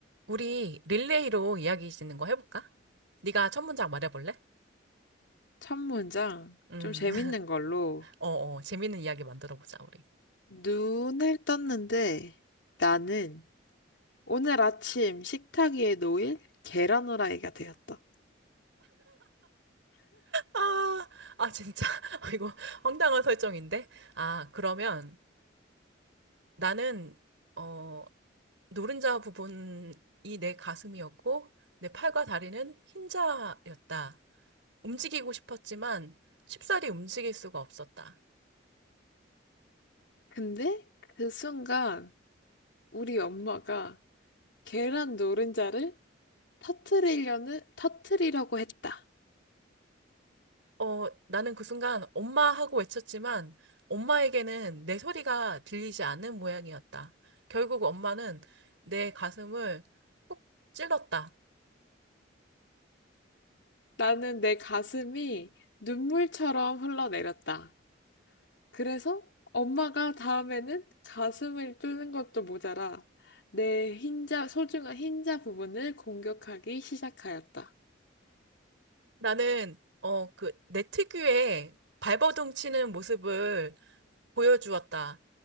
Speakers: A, on the right (about 90°); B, on the left (about 70°).
A: 우리 릴레이로 이야기 짓는 거 해볼까? 네가 첫 문장 말해볼래?
B: 첫 문장
A: 음,
B: 좀 재밌는
A: <laughs>
B: 걸로
A: 어, 어, 재밌는 이야기 만들어보자, 우리.
B: 눈을 떴는데 나는 오늘 아침 식탁 위에 놓일 계란 후라이가 되었다.
A: 아, 아, 진짜. <laughs> 아, 이거 황당한 설정인데? 아, 그러면 나는, 어, 노른자 부분이 내 가슴이었고, 내 팔과 다리는 흰자였다. 움직이고 싶었지만 쉽사리 움직일 수가 없었다.
B: 근데 그 순간 우리 엄마가 계란 노른자를 터트리려는 터트리려고 했다.
A: 어, 나는 그 순간 엄마 하고 외쳤지만 엄마에게는 내 소리가 들리지 않는 모양이었다. 결국 엄마는 내 가슴을 콕 찔렀다.
B: 나는 내 가슴이 눈물처럼 흘러내렸다. 그래서 엄마가 다음에는 가슴을 뚫는 것도 모자라 내 흰자, 소중한 흰자 부분을 공격하기 시작하였다.
A: 나는 어, 그 내 특유의 발버둥 치는 모습을 보여주었다.